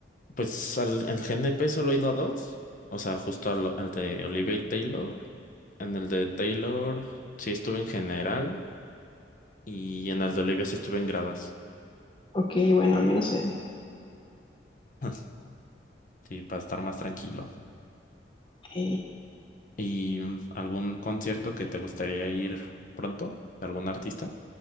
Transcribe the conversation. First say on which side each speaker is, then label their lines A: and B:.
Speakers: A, on the left (about 45°); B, on the left (about 25°).
A: pues al, al GNP solo he ido a dos. O sea, justo al, al de Olivia y Taylor. En el de Taylor sí estuve en general. Y en el de Olivia sí estuve en gradas.
B: Ok, bueno, al menos sé.
A: <laughs> Sí, para estar más tranquilo.
B: Ok.
A: ¿Y mm, algún concierto que te gustaría ir pronto? ¿De algún artista?